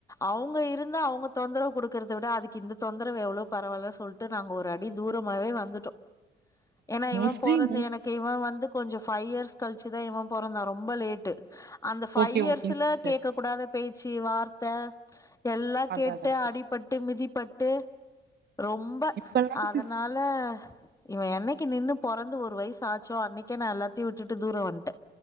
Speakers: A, on the left; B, on the right.
A: அவங்க இருந்தா அவங்க தொந்தரவு குடுக்க இருக்கறதா விட அதுக்கு இந்த தொந்தரவு எவ்ளோ பரவலா சொல்ட்டு நாங்க ஒரு அடி தூரமாவே வந்துட்டோ ஏன்னா இவ
B: மோஸ்ட்லி
A: போறது
B: மோஸ்
A: எனக்கு கே இவ வந்து கொஞ்சோ ஃபைவ் இயர்ஸ் கழிச்சுதா இவன் பொறந்தா ரொம்ப லேட்டு அந்த ஃபைவ்
B: ஓகே
A: இயர்ஸ்ல
B: ஓகேங் சிஸ்டர்
A: கேட்க கூடாத பேச்சு வார்த்த எல்லா
B: அதா
A: கேட்டு
B: அதா
A: அடி பட்டு மிதிப்பட்டு ரொம்ப
B: இப்பல்லா சிஸ்
A: அதனால இவ என்னைக்கு நின்னு பொறந்து ஒரு வயசு ஆச்சோ அன்னைக்கே நான் எல்லாத்தயு விட்டுட்டு தூரோ வன்ட்ட